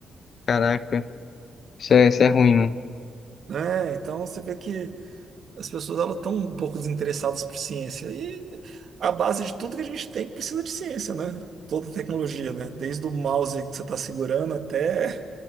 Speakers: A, on the left; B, on the right.
A: Caraca, isso é, isso é ruim, né?
B: né? Então você vê que as pessoas elas estão um pouco desinteressadas por ciência e a base de tudo que a gente tem precisa de ciência, né? Toda tecnologia, né? Desde o mouse que você está segurando até